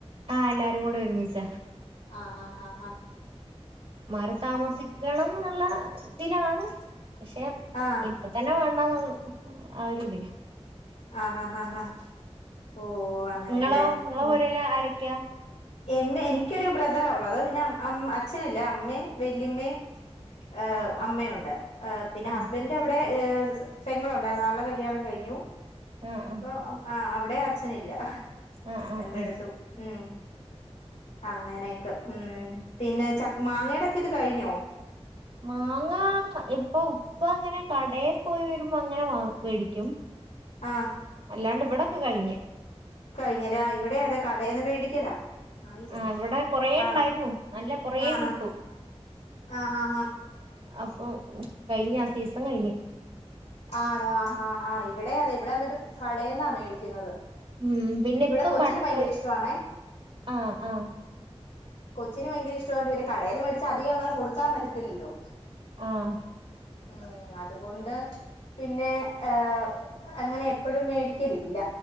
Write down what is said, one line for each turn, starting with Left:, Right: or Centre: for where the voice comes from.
Right: ആഹ് എല്ലാരും കൂടെ ഒരുമിച്ചാ
Left: ആഹ് ആഹ് ഹാ ഹാ
Right: മാറി താമസിക്കണംന്നിള്ള ഇതിലാണ് പക്ഷെ
Left: ആഹ്
Right: ഇപ്പ പ്പ തന്നെ വേണ്ടന്നാണ് ആ ഒരു ഇതി
Left: ആഹ് ആഹ് ആഹ് ആഹ് ഓഹ് അങ്ങനെല്ലേ
Right: ഇങ്ങളോ ഇങ്ങളെ
Left: ഉം
Right: പുരേല് ആരൊക്ക്യ?
Left: എന്റെ എനിക്കൊരു ബ്രദറാള്ളത് പിന്നെ അച്ഛനില്ല അമ്മേം, വല്ല്യമ്മേം ഏഹ്
Right: ആഹ്
Left: അമ്മയുണ്ട്. ഏ പിന്നെ
Right: ആഹ്
Left: ഹസ്ബൻഡിന്റെ അവിടെ പെങ്ങളുണ്ടായിരുന്നു ആൾടെ കല്യാണം കഴിഞ്ഞു.
Right: ആഹ് ആഹ്.
Left: ഇപ്പൊ ആഹ് അവിടേം അച്ഛനില്ല
Right: ആഹ് ആഹ്
Left: രണ്ടെടുത്തും
Right: ആഹ്
Left: ഉം. അങ്ങനെയൊക്കെ ഉം പിന്നെ ച മാങ്ങടെക്കെ ഇത് കഴിഞ്ഞോ?
Right: മാങ്ങാ ഇപ്പൊ ഉപ്പ അങ്ങനെ കടേപോയി വരുമ്പോങ്ങനെ വ വേടിക്കും
Left: ആഹ്
Right: അല്ലാണ്ട് ഇവിടൊക്കെ കയിഞ്ഞ്
Left: കഴിഞ്ഞേല്ലേ ആഹ് ഇവിടെ അതെ കടേന്ന് മേടിക്കലാ ആയില്ല
Right: ആ
Left: മോശരി
Right: ഇവിടെ കൊറേ
Left: ആഹ്
Right: ഉണ്ടായിരുന്നു നല്ല കൊറേ
Left: ആഹ്
Right: കിട്ടു.
Left: ആഹ് ആഹ് ഹാ
Right: അപ്പൊ കയിഞ്ഞാ സീസൺ കയിഞ്ഞ്
Left: ആണോ ആഹ് ആഹ് ഹാ ഇവിടെ അതെ ഇവിടെന്നിട്ട് കടേന്നാ മേടിക്കുന്നത്
Right: ഉം പിന്നിപ്പൊ
Left: ഇവിടെ കൊച്ചിന്
Right: ബട്ടറ്
Left: ഭയങ്കര ഇഷ്ടമാണേ
Right: ആഹ് ആഹ്
Left: കൊച്ചിന് ഭയങ്കര ഇഷ്ടായോണ്ട് പിന്ന കടേന്ന് മേടിച്ച് അധികങ്ങന കൊടുക്കാപറ്റത്തില്ലല്ലോ
Right: ആഹ്
Left: ഉം അതുകൊണ്ട് പിന്നെ ഏഹ് അങ്ങനെ എപ്പോഴും മേടിക്കലില്ല